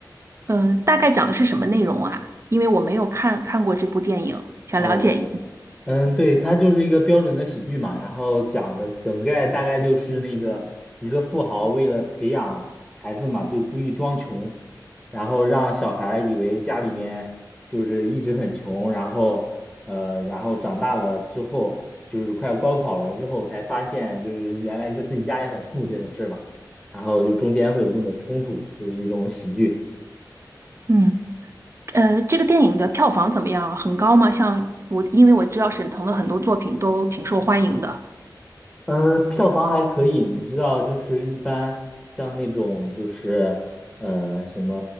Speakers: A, on the right; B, in the centre.
A: 呃，大概讲的是什么内容啊？因为我没有看看过这部电影，想了解一下。
B: 哦，嗯，对，它就是一个标准的喜剧嘛，然后讲的梗概大概就是那个一个富豪为了培养孩子嘛，就故意装穷，然后让小孩儿以为家里面就是一直很穷，然后呃，然后长大了之后就是快要高考了之后才发现就是原来在自己家也很富这种事儿吧，然后就中间会有更多冲突，就是一种喜剧。
A: 嗯，呃，这个电影的票房怎么样啊很高吗？像我，因为我知道沈腾的很多作品都挺受欢迎的，
B: 呃，票房还可以，你知道，就是一般像那种就是呃什么